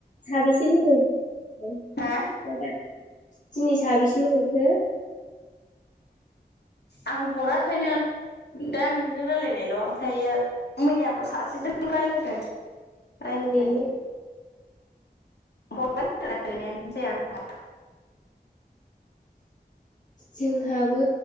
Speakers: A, on the left; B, on the left.
A: साबेसे लोगो औ
B: आं
A: दाबा <unintelligible> दिनै साबैसेनो हरखो
B: आं हराखैनो दा नोंजों रायलायनायल' ओमफ्रायो मैयाबो सासेजों रायलायदों ओमफ्राय रायलायाखै
A: ए
B: फन रायलायनायानो जाया आंना
A: जोंहाबो